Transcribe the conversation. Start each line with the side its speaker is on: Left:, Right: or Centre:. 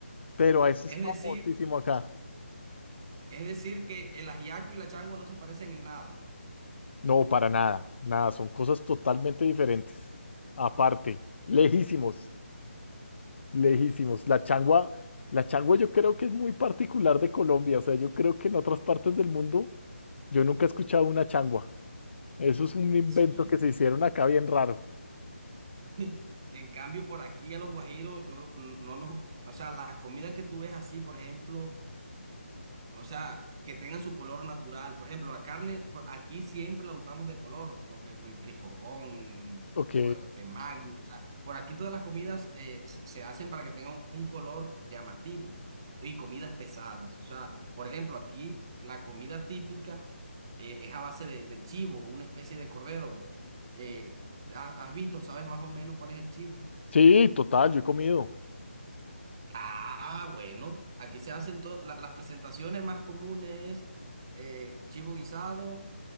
Left: pero eso
Right: Es
Left: es famosísimo
Right: decir,
Left: acá.
Right: es decir que el ajiaco y la changua no se parecen en nada.
Left: No, para nada, nada, son cosas totalmente diferentes. Aparte, lejísimos, lejísimos. La changua, la changua yo creo que es muy particular de Colombia, o sea, yo creo que en otras partes del mundo yo nunca he escuchado una changua. Eso es un invento
Right: Sí,
Left: que se hicieron acá bien raro.
Right: <laughs> En cambio, por aquí a los guajiros, yo creo que no nos, o sea, las comidas que tú ves así, por ejemplo, O sea, que tengan su color natural. Por ejemplo, la carne, por aquí siempre la untamos de color, lo que es el trifogón,
Left: Ok,
Right: o este Maggi, o sea, por aquí todas las comidas eh, se, se hacen para que tengan un color llamativo y comidas pesadas. O sea, por ejemplo, aquí la comida típica eh, es a base de, de chivo, una especie de cordero. Eh, ¿ha- ¿has visto, sabes más o menos cuál es el chivo?
Left: sí, total, yo he comido.
Right: Ah, bueno, aquí se hacen to- la- las presentaciones más comunes, eh, chivo guisado,